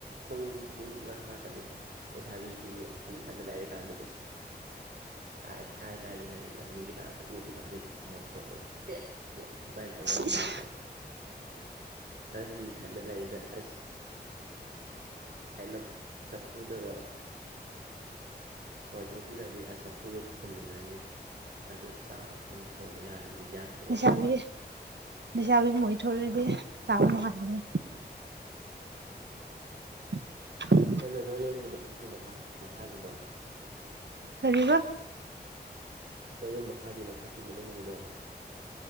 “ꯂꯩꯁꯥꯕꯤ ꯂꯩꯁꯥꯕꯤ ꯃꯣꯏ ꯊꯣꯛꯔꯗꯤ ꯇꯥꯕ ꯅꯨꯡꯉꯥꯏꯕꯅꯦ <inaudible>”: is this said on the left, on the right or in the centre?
Right